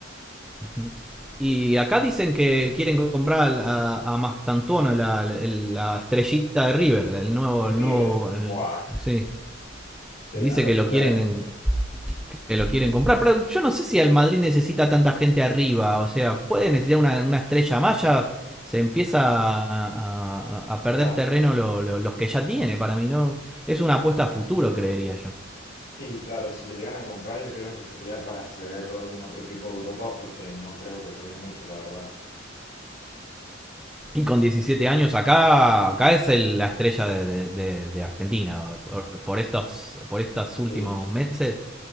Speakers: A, in the centre; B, on the left.
A: Ujú. Y acá dicen que quieren comprar a, a Mastantuono, la, la- la estrellita de River, el nuevo,
B: De River,
A: el nuevo,
B: ¡buah!
A: el- sí.
B: Sería
A: Dice
B: una locura,
A: que lo quieren
B: ¿eh?
A: que lo quieren comprar. Pero yo no sé si el Madrid necesita tanta gente arriba. O sea, puede necesitar una, una estrella más. Ya se empieza a, a- a perder
B: Ya,
A: terreno lo- lo- los que ya tiene. Para mí, ¿no? Es una apuesta a futuro, creería yo.
B: sí, claro, si lo llegan a comprar yo creo que sería para cederlo a algún otro equipo de Europa porque no creo que juegue mucho, la verdad.
A: Y con 17 años acá, acá es el- la estrella de, de- de- de Argentina. Por, por estos, por estos últimos
B: Sí.
A: meses,